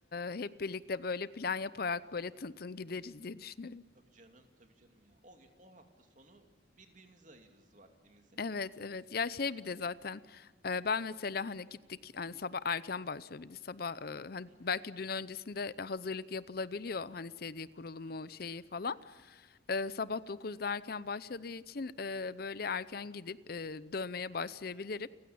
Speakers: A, on the left; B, on the right.
A: e, hep birlikte böyle plan yaparak böyle tın tın gideriz diye düşünüyorum.
B: Tabii canım, tabii canım ya. O gün, o hafta sonu birbirimize ayırırız vaktimizi.
A: Evet evet ya şey bir de zaten e, ben mesela hani gittik hani sabah erken başlıyor bir de sabah e, hani
B: Hı
A: belki
B: hı,
A: dün öncesinde hazırlık yapılabiliyor hani CD kurulumu
B: hı hı,
A: şeyi falan
B: hı hı,
A: E, sabah dokuzda erken başladığı için e, böyle erken gidip e, dövmeye başlayabilirim